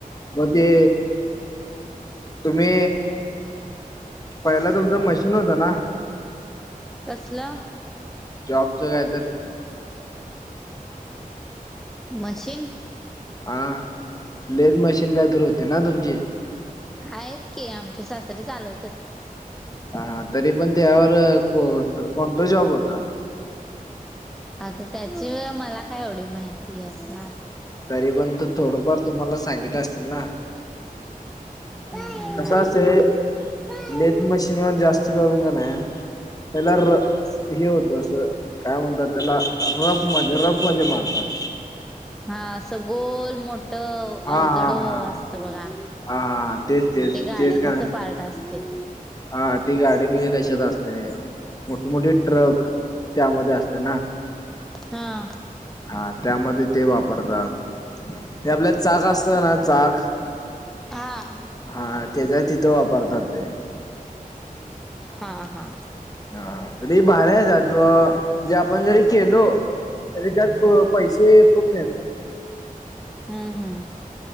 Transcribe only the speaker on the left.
मग ते तुम्ही पहिलं तुमच मशी न होता ना
जॉबच काय तर
हा लेथ मशीन काहीतर होती ना तुमची
हा तरी पण त्यावर कोण कोणता जॉब होता
तरी पण ते थोडंफार तुम्हाला सांगितलं असेल ना
कसं असंतय
लेज मशीनवर जास्त करून कणी पहिला र हे होत असं काय म्हणतात त्याला रफ म रफ मध्ये मारतात. ते.
हा हा हा
हा हा तेच तेच
तेच का
हा ती गाडी म्हणजे कशात असते मोठ मोठीे ट्रक त्यामध्ये असते ना
हा त्यामध्ये ते वापरतात. हे आपल्यात चाक असत ना चाक
हा त्याच्या तिथं वापरतात ते
हा ते भारी हाय ज्याचो, जे आपण जरी केलो तरी त्यात प पैसे खूप मिळतात.